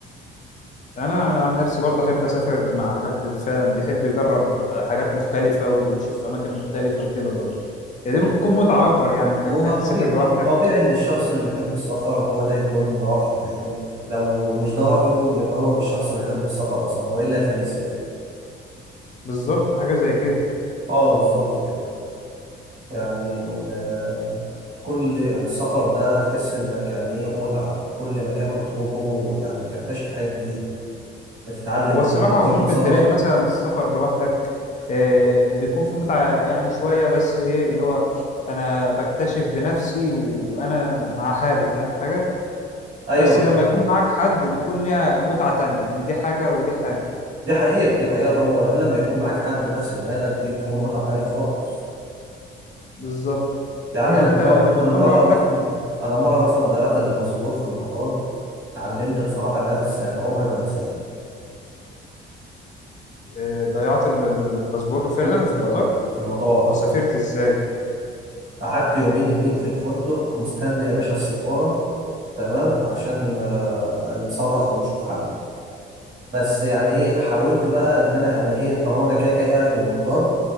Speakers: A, on the left; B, on the right.
A: انا انا عن نفسي برضه احب اسافر مع حد فعلا بيحب يجرب حاجات مختلفه ويشوف اماكن مختلفه وكده برضه يعني دي بتكون متعه اكبر يعني من
B: هو
A: انك
B: طبيعي
A: تسافر لوحدك
B: طبيعي ان الشخص اللي بيحب السفر هو ده يكون رايه لان لو مش ده رايه يبقى هو مش شخص بيحب السفر اصلا هو ايه اللي هيخليه يسافر
A: بالظبط حاجه زي كده
B: اه بالظبط كده يعني آه كل يعني السفر ده تحس انك يعني ايه متعه كل مكان بتروحه يعني بتكتشف حاجه جديده بتتعلم
A: هو الصراحه
B: انت
A: هو
B: تتصرف
A: ممكن تلاقي مثلا السفر لوحدك آه، بيكون في متعه يعني شويه بس ايه اللي هو انا بكتشف بنفسي وانا مع حالي فاهم حاجه
B: ايوه
A: بس لما يكون معاك حد بتكون ليها متعه تانية يعني دي حاجه ودي حاجه
B: دي حقيقة دي حقيقة طبعا وبعدين لما يكون معاك حد نفس دماغك دي بتكون متعة تانية خالص
A: بالظبط
B: يا عم
A: يعني
B: ده أنا
A: انت
B: مرة
A: لما
B: أنا
A: تكون
B: مرة
A: لوحدك
B: مثلا أنا مرة مثلا ضيعت الباسبور في المطار اتعلمت بصراحة درس يعني عمري ما هنساه
A: آه، ضيعت ال- ال- الباسبور فعلا
B: في المطار
A: في المطار
B: في المطار آه.
A: وسافرت ازاي
B: قعدت يومين اتنين في الفندق مستني يا باشا السفارة تمام عشان آه، نتصرف ونشوف حل بس يعني ايه حاولت بقى ان انا يعني ايه طالما انا كده كده قاعد ومضطر